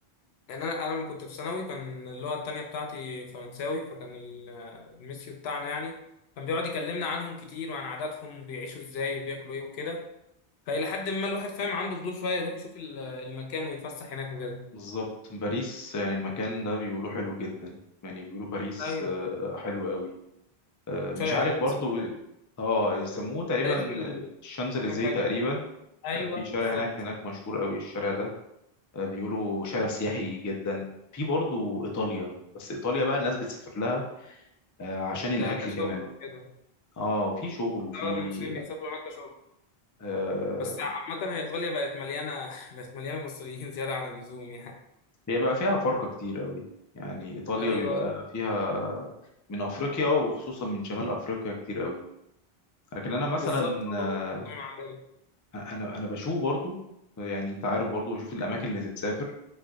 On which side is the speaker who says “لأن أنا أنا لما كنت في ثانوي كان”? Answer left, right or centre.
Left